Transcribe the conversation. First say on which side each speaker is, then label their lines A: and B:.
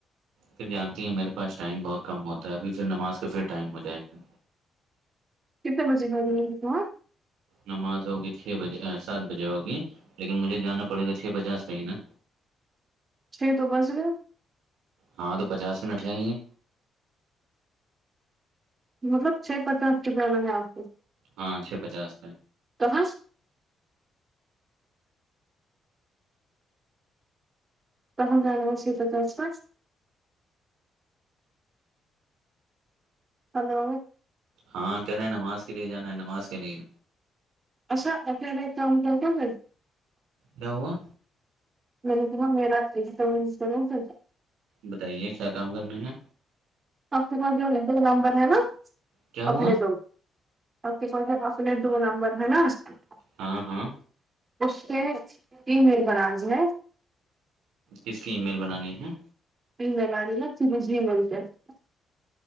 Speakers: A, on the right; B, on the right.
A: پھر جانتی ہیں میرے پاس ٹائم بہت کم ہوتا ہے ابھی پھر نماز کا پھر ٹائم ہو جائے گا
B: کتنے بجے گ رہ تو
A: نماز ہوگی چھ بجے سات بجے ہوگی لیکن مجھے جانا پڑے گا چھ پچاس پہ ہی نا
B: چھ تو بجگے
A: ہاں تو پچاس منٹ ہے گی
B: مطلب چھ پچاس کے جانا ہے آپ کو
A: ہاں چھ پچس پ
B: تو <unintelligible> ہاںر نو شی پ تھا اسم ہلو
A: ہاں کہنے ہیں نماز کے لیے جانا ہے نماز کے لیے
B: اا اخیر ایک کام کرتا <unintelligible>
A: کیاہوا
B: م نے تا ما س کر چلتے <unintelligible>
A: بتائیے کیا کام کرنے ہیں
B: اپ کے پاس جو ل نمبر ہے نا
A: کیا ہوا
B: اپلےز ا کو سے انے دو نمبر ہے نا اس <unintelligible>
A: ہاں ہاں
B: اس سے تیں رل بنانی ہے
A: کس کی ای میل بنانی ہے
B: جگ ل آ ل ت جگنتے <unintelligible>